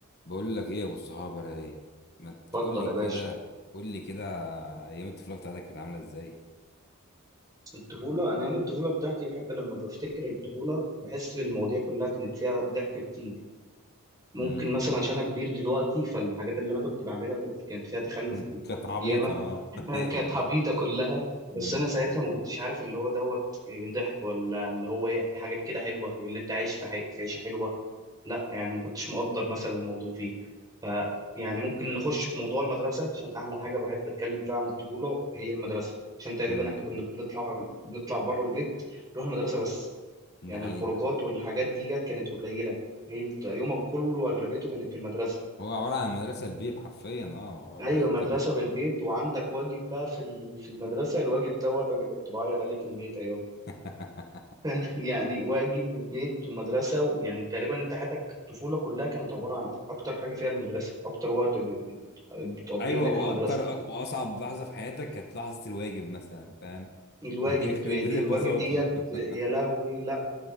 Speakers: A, on the left; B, on the right.
A: بقول لك ايه يا ابو الصحاب رايق ما تقول
B: اتفضل
A: لي
B: يا
A: كده
B: باشا
A: قول لي كده ايام الطفوله بتاعتك كانت عامله ازاي
B: الطفولة أنا أيام الطفولة بتاعتي بحب لما بفتكر الطفولة بحس بالمواضيع كلها كانت فيها ضحك كتير ممكن
A: امم
B: مثلا عشان انا كبير دلوقتي فالحاجات اللي انا كنت بعملها كنت كانت فيها تخلف
A: <laughs>
B: كت-
A: كانت عبيطه
B: ياما
A: اه
B: <laughs>
A: <laughs> ايوه
B: كانت عبيطه
A: ايوه
B: كلها بس
A: امم
B: انا ساعتها ما كنتش عارف اللي هو دوت ضحك ولا اللي هو ايه حاجات كده حلوه اللي انت عايش في حي... في عيشه حلوه لا يعني ما كنتش مقدر مثلا الموضوع فيه ف يعني ممكن نخش في موضوع المدرسه عشان احلى حاجه بحب اتكلم فيها عن الطفوله هي المدرسه عشان تقريبا
A: امم
B: احنا كنا بنطلع بنطلع بره البيت نروح المدرسه بس
A: ده
B: يعني
A: حقيقه
B: الخروجات والحاجات ديت كانت قليله هي انت يومك كله اغلبيته كانت في المدرسه
A: هو عباره عن مدرسه البيت حرفيا اه
B: ايوه
A: ده
B: مدرسه
A: كان
B: بالبيت وعندك واجب بقى في ال- في المدرسه الواجب دوت انا كنت بعيط عليه كميه عياط
A: <laughs>
B: <laughs> يعني واجب وبيت ومدرسه ويعني تقريبا انت حياتك الطفوله كلها كانت عباره عن اكتر حاجه فيها المدرسه اكتر وقت ب- ب- بتقضيه
A: ايوه
B: هناك
A: واكتر
B: المدرسه
A: أك- واصعب لحظه في حياتك كانت لحظه الواجب مثلا فاهم
B: الواجب
A: <laughs> يخرب
B: دي
A: بيت البساطه
B: الواجب ديت
A: <laughs>
B: يا لهوي لا